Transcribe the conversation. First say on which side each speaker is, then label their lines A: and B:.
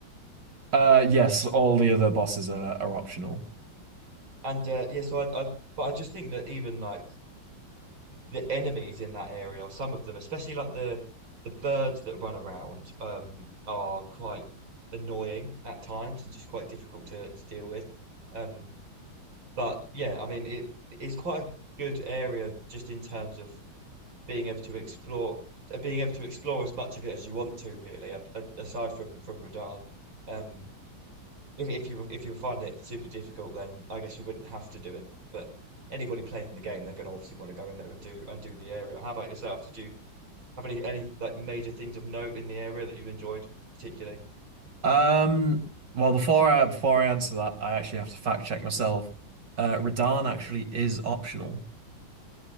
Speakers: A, on the right (about 60°); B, on the right (about 75°).
A: Uh, yes, all the other bosses are, are optional.
B: And uh yeah, so I, I but I just think that even like the enemies in that area, or some of them, especially like the the birds that run around, um, are quite annoying at times and just quite difficult to, to deal with. Um, but yeah, I mean, it is quite a good area just in terms of being able to explore, uh, being able to explore as much of it as you want to, really, a- a- aside from from Radahn. Um, if if you if you find it super difficult, then I guess you wouldn't have to do it. But anybody playing the game, they're going to obviously want to go in there and do and do the area. How about yourself? Did you have any any like major things of note in the area that you enjoyed particularly?
A: Um, well, before I before I answer that, I actually have to fact check myself. Uh, Radahn actually is optional.